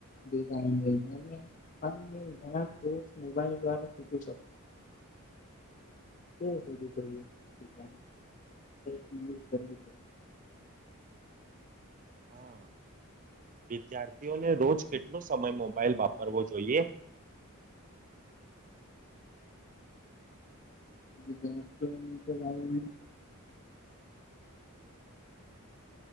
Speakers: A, on the left (about 35°); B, on the right (about 40°).
A: ણા મોબાઈલ કે હોવું જોઈએ તે કર છે
B: હા વિદ્યાર્થીઓને રોજ કેટલો સમય મોબાઈલ વાપરવો જોઈએ
A: બ વિદ્યાર્થીઓ તો વા હ